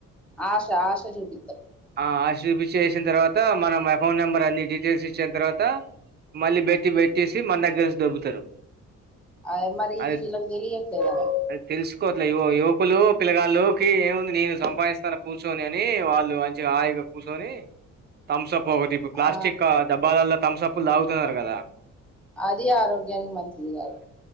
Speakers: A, in the centre; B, on the right.
A: ఆష ఆష చూపితర్
B: ఆ ఆశ చూపించేసిన తర్వాత మనం అకౌంట్ నెంబర్ అన్ని డీటెయిల్స్ ఇచ్చిన్ తర్వాత మళ్ళీ బెట్టి బెట్టేసి మన దగ్గర్ దొబ్బుతారు
A: అదే మరి
B: అది
A: ఇది వీళ్ళకి తెలియట్లేదు కదా
B: అది తెలుసుకో అట్లా యువ యువకులు పిల్లగా లోకి ఏముంది నేను సంపాదిస్తాను కూర్చొని అని వాళ్ళు మంచిగా హాయిగా కూసోని థమ్సప్ ఒకటి ఇప్ ప్లాస్టిక్క
A: ఆ
B: డబ్బాలల్ల థమ్సప్లు తాగుతున్నారు కదా
A: అదీ ఆరోగ్యానికి మంచిది కాదు